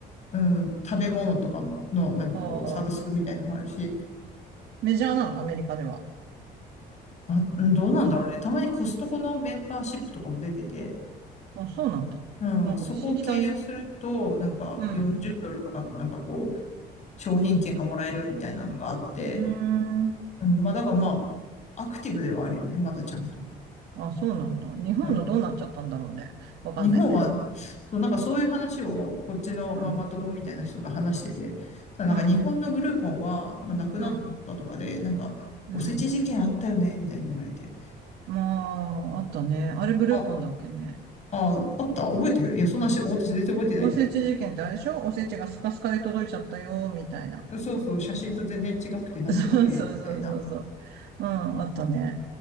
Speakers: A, on the left; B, on the right.
A: うん、食べ物とかも、の、なんかこう、
B: ああ、
A: サブスクみたいのもあるし、
B: メジャーなの、アメリカでは。
A: あ、うんどうなんだろうね。たまにコストコのメンバーシップとかも出てて、
B: あ、そうなんだ。
A: うん、
B: なんか不思議だね。
A: そこを経由すると、なんか40ドルとかのなんかこう、
B: うん。
A: 商品券がもらえるみたいなのがあって、
B: うーん。
A: うん、まあ、だからまあ、アクティブではあるよね、まだちゃんと。
B: あ、そうなんだ。日本のどうなっちゃったんだろうね。
A: うん。
B: わかんないけど。
A: 日本は、そう、なんかそういう話を、こっちのママ友みたいな人と話してて、
B: うん。
A: さ、なんか日本のグループは、
B: うん、
A: まあ、亡くなったとかで、
B: うん、
A: なんか、
B: うん。
A: おせち事件あったよね、みたいに言われて。
B: まあ、あったね。あれグルーポンだっけね。
A: あ、あ、あった、覚えてるいや、そんなし、私全然覚えてないんだけ
B: おせち事件ってあれでしょおせちがスカスカで届いちゃったよ、みたいな。
A: ど。そうそう、写真と全然違くて、何これみたいな。
B: そうそうそうそうそう。うん、あったね。